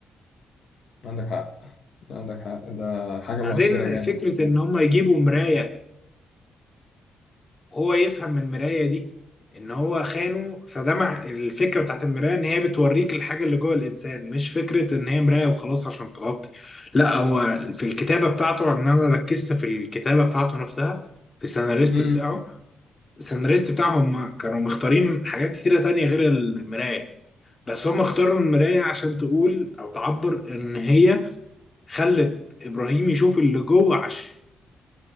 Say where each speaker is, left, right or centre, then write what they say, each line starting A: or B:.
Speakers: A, on the left (about 65°); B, on the left (about 25°).
A: عندك حق عندك حق ده حاجه
B: وبعدين
A: مؤثره جامد
B: فكره ان هم يجيبوا مرايه هو يفهم من المراية دي ان هو خانه فده مع الفكرة بتاعت المراية ان هي بتوريك الحاجة اللي جوه الانسان مش فكرة ان هي مراية وخلاص عشان تغطي لا هو في الكتابة بتاعته ان انا ركزت في الكتابة بتاعته نفسها في السيناريست
A: امم
B: بتاعه السيناريست بتاعهم كانوا مختارين حاجات كتيرة تانية غير المراية بس هم اختاروا المراية عشان تقول او تعبر ان هي خلت ابراهيم يشوف اللي جوه عشان